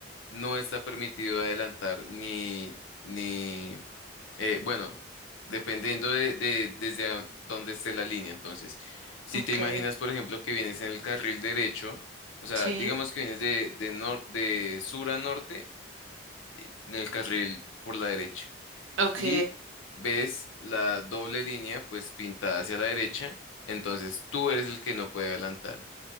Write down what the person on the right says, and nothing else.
ok,
sí,
ok.